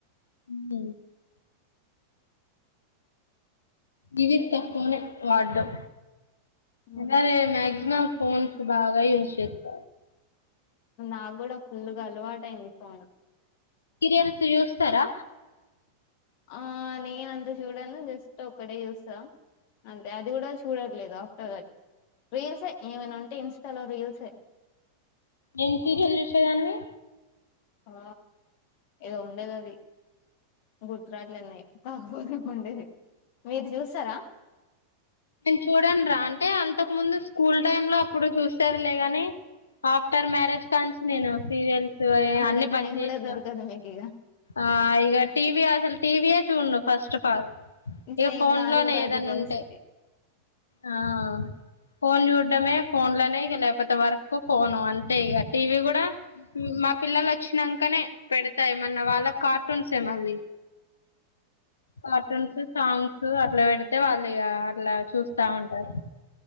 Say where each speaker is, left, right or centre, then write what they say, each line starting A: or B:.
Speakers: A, on the left; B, on the left.
A: హ్మ్ ఇవి తక్కువ నే వాడ్డం
B: ఉమ్.
A: అలానే మ్యాక్సిమమ్ ఫోన్ బాగా ఏశేత్త
B: నాకు గూడా ఫుల్ గా అలవాటు అయింది ఫోన్
A: సీరియల్స్ చూస్తరా
B: ఆ నేను అంత చూడను జస్ట్ ఒక్కటే చూస్తా అంతే అది కూడా చూడట్లేదు ఆఫ్టర్ దట్ రీల్సే ఏమైనా ఉంటే ఇన్స్టాలో రీల్సే
A: ఏం సీరియల్ చూషేదానివి
B: ఆ ఏదో ఉండేది అది గుర్తుకురావట్లే అప్పట్లో ఉండేది మీది చూస్తరా
A: నేను చూడన్ రా అంటే అంతకు ముందు స్కూల్ టైమ్ లో అప్పుడు చూసేదిలే గాని ఆఫ్టర్ మ్యారేజ్ కాంచి నేను సీరియల్స్ సో
B: అంత
A: అన్ని
B: టైం
A: బంజేసినా
B: కూడా దొరకదు మీకు ఇగ
A: ఆ ఇగా టీవీ అసలు టీవియే చూడను ఫస్ట్ ఆఫ్ ఆల్
B: సేమ్
A: ఇక ఫోన్
B: నాది
A: లోనే
B: కూడా
A: ఏదన్నా
B: అదే పరిస్థితి
A: ఉంటే ఆ ఫోన్ చూడ్డమే ఫోన్లనే ఇక లేకపోతే వర్క్ ఫోను అంతే ఇగా టీవీ గూడా మా పిల్లలు వచ్చినంకనే పెడతా ఏమన్న వాళ్ళ కార్టూన్స్ ఏ మళ్ళి కార్టూన్స్ సాంగ్స్ అట్లా పెడితే వాళ్ళు ఇగా లా చూస్తా ఉంటారు